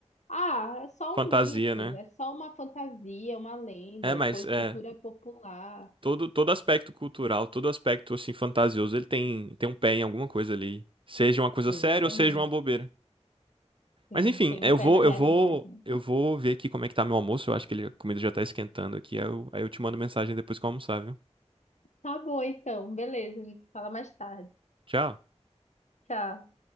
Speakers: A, on the left; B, on the right.
A: ah, é só
B: Fantasia,
A: um mito,
B: né?
A: é só uma fantasia, uma lenda,
B: É,
A: é
B: mas
A: coisa,
B: é
A: cultura popular.
B: todo todo aspecto cultural, todo aspecto assim fantasioso, ele tem tem um pé em alguma coisa ali, seja uma coisa
A: Exatamente.
B: séria ou seja uma bobeira.
A: Sim,
B: Mas enfim,
A: tem
B: eu
A: um pé
B: vou
A: na realidade.
B: eu vou
A: né?
B: eu vou ver aqui como é que tá meu almoço, eu acho que ele, a comida já tá esquentando aqui, aí eu, aí eu te mando mensagem depois que eu almoçar, viu?
A: Tá bom, então. Beleza, a gente fala mais tarde.
B: Tchau.
A: Tchau.